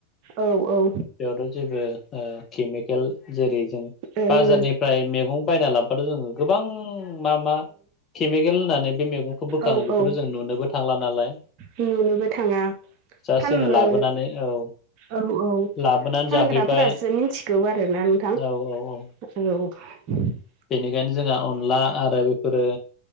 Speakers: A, on the right; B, on the left.
A: औ औ
B: बेयावथ' जेबो ओ केमिकेल जेरै जों
A: औ
B: बाजारनिफ्राय मैगं बायना लाबाथ' जोङो गोबां मा मा केमिकेल होननानै बे मैगंखौ बोखाङो
A: औ
B: बेखौथ'
A: औ
B: जों नुनोबो थांला नालाय
A: नुनोबो थाङा
B: जासट
A: फाननो
B: जोङो लाबोनानै औ
A: औ औ
B: लाबोनानै
A: फानग्राफोरासो
B: जाफैबाय
A: मिथिगौ आरोना नोंथां
B: औ औ औ
A: औ
B: बेनिखायनो जोंहा अनला आरो बेफोरो